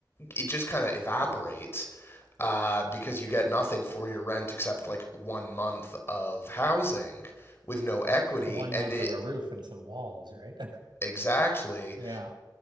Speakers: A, on the left; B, on the right.
A: it just kind of evaporates uh, because you get nothing for your rent except like one month of housing with no equity
B: One
A: and
B: month
A: it
B: of a roof and some walls, right?
A: exactly
B: <laughs> Yeah.